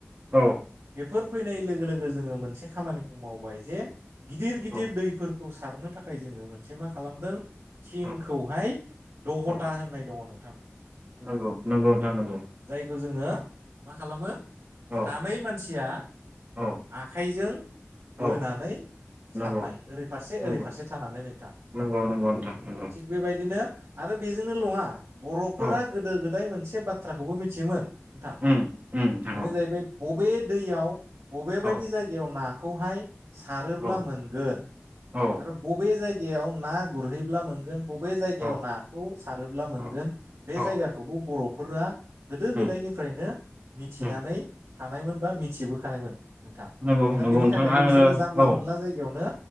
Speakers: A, on the right (about 40°); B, on the right (about 70°).
A: औ
B: बेफोर फैनाय लोगो लोगो जोङो मोनसे खामानिखौ मावबाय जे गिदिर गिदिर
A: औ
B: दैफोर खौ सारनो थाखाय जोङो मोनसे मा खालामदों? थिंखौहाय
A: औ
B: दहथा
A: औ
B: होननाय दङ नों
A: नंगौ नोंगौ नोंथां नं
B: जायग खो जोङो मा खालामो?
A: औ
B: सानै मानसिया
A: औ
B: आखाइजों बोनानै
A: औ
B: सारनाय
A: नंगौ
B: ओरै फारसे
A: नंगौ
B: ओरै फारसे थानानै नोंथां
A: नंगौ नंगौ नोंथां नंगौ
B: थिग बेबायदिनो। आरो बेजोंनो लङा। बर फोरा
A: औ
B: गोदो गोदाय मोनसे <unintelligible> थ्राखौबो मिथियोमोन। नोंथा
A: उम उम नोंथां
B: बेनो
A: औ
B: जाहैबाय। बबे दैयाव। बबे
A: औ
B: बायदि जायगायाव नाख खौहाय। सारोब्ला
A: औ
B: मोनगोन।
A: औ
B: आरो बबे जायग गायाव ना गुरहैब्ला मोनगोन। बबे जायगायाव
A: औ
B: नाखौ सारोब्ला मोनगोन
A: औ
B: बे
A: औ
B: जायगाखौबो बरफ फोरा गोदो
A: उम
B: गोदायनिफ्रायनो मिथिनानै।
A: उम
B: थानायमोनबा मिथिबोखानायमोन। नोंथा
A: नंगौ
B: दा
A: नंगौ
B: बेनि
A: नोंथां
B: थाखायनो
A: आङो
B: बिसोरो जानला
A: औ
B: मोनला जायगायावनो।